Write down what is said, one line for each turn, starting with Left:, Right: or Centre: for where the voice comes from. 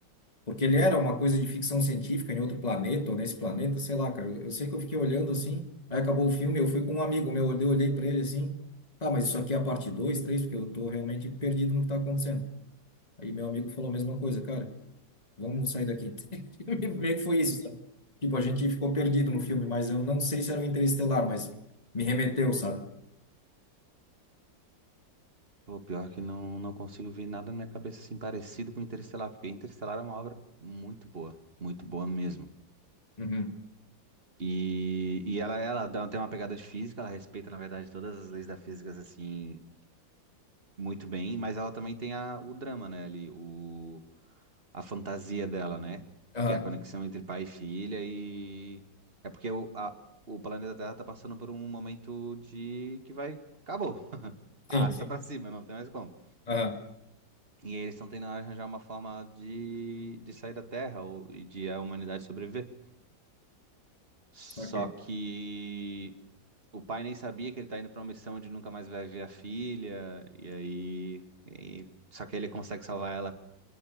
Left: Porque ele era uma coisa de ficção científica em outro planeta, ou nesse planeta, sei lá, cara. Eu, eu sei que eu fiquei olhando assim, aí acabou o filme, eu fui com um amigo meu, eu olhei pra ele assim, tá, mas isso aqui é a parte 2, 3, porque eu tô realmente perdido no que tá acontecendo. Aí meu amigo falou a mesma coisa, cara, vamos sair daqui. <laughs> Meio que foi isso, sabe? Tipo, a gente ficou perdido no filme, mas eu não sei se era o Interestelar, mas me remeteu, sabe?
Right: Pô, pior que não, não consigo ver nada na minha cabeça assim parecido com Interestelar, porque Interestelar é uma obra muito boa, muito boa mesmo.
Left: Uhum.
Right: E, e ela, ela dá- tem uma pegada de física, ela respeita, na verdade, todas as leis da física, assim, muito bem, mas ela também tem a, o drama, né, ali, o, a fantasia dela, né,
Left: Aham.
Right: que é a conexão entre pai e filha e... É porque o, a- o planeta Terra tá passando por um momento de... que vai... acabou, <laughs> arrasta
Left: Sim, sim.
Right: pra cima, não tem mais como.
Left: Aham,
Right: E eles estão tentando arranjar uma forma de, de sair da Terra ou, e de a humanidade sobreviver. Só
Left: saquei.
Right: que o pai nem sabia que ele tá indo pra uma missão onde nunca mais vai ver a filha. E aí. e- só que ele consegue salvar ela